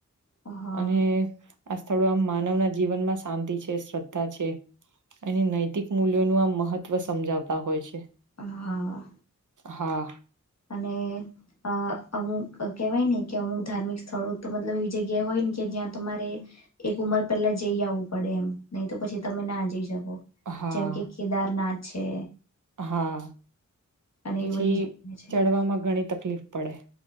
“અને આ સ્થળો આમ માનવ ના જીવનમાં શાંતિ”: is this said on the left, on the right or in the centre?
Right